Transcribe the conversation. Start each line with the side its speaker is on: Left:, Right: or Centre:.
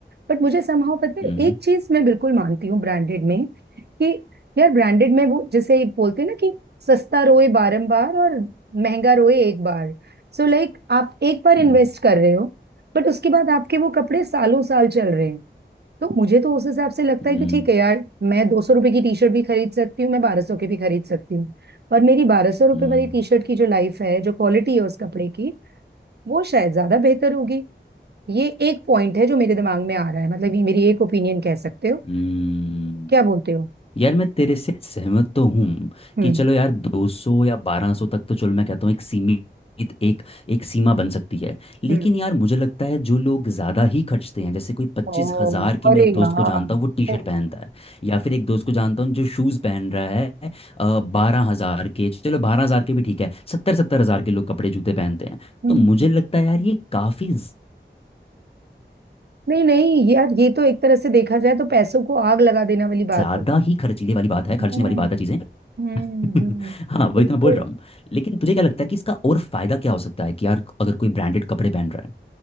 Right: बट मुझे समहाउ पता है
Left: हम्म
Right: एक चीज मैं बिल्कुल मानती हूँ ब्रांडेड में कि यार ब्रांडेड में वो जैसे एक बोलते हैं ना कि सस्ता रोए बारंबार और महंगा रोए एक बार सो so लाइक like, आप एक बार इन्वेस्ट
Left: हम्म,
Right: कर रहे हो बट उसके बाद आपके वो कपड़े सालों साल चल रहे हैं तो मुझे तो उस हिसाब से लगता
Left: हम्म,
Right: है कि ठीक है यार मैं दो सौ रुपए की टी शर्ट भी खरीद सकती हूँ मैं बारह सौ की भी खरीद सकती हूँ पर मेरी बारह सौ रुपए
Left: हम्म,
Right: वाली टी शर्ट की जो लाइफ है जो क्वालिटी है उस कपड़े की वो शायद ज्यादा बेहतर होगी ये एक पॉइंट है जो मेरे दिमाग में आ रहा है मतलब ये मेरी एक ओपिनियन कह सकते हो
Left: हम्म।
Right: क्या बोलते हो
Left: यार मैं तेरे से सहमत तो हूँ
Right: हम्म
Left: कि चलो यार 200 या 1200 तक तो चलो मैं कहता हूँ एक सीमित एक एक सीमा बन सकती है लेकिन
Right: हम्म
Left: यार मुझे लगता है जो लोग ज़्यादा ही खर्चते हैं जैसे कोई पच्चीस
Right: ओ,
Left: हज़ार की
Right: अरे
Left: मैं एक दोस्त
Right: यार
Left: को जानता हूँ वो टी शर्ट
Right: ओ,
Left: पहनता है या फिर एक दोस्त को जानता हूँ जो शूज़ पहन रहा है बारह हज़ार के चलो बारह हज़ार के भी ठीक है सत्तर सत्तर हज़ार के लोग कपड़े जूते पहनते हैं
Right: हम्म।
Left: तो मुझे लगता है यार ये काफ़ी
Right: नहीं नहीं यार ये तो एक तरह से देखा जाए तो पैसों को आग लगा देने वाली बात
Left: ज़्यादा
Right: होगी
Left: ही खर्चीले वाली बात है खर्चने
Right: हम्म
Left: वाली बात है चीज़ें <laughs>
Right: हम्म हम्म,
Left: हाँ वही
Right: बिल्कुल
Left: तो मैं बोल रहा हूँ लेकिन तुझे क्या लगता है कि इसका और फायदा क्या हो सकता है कि यार अगर कोई ब्रांडेड कपड़े पहन रहा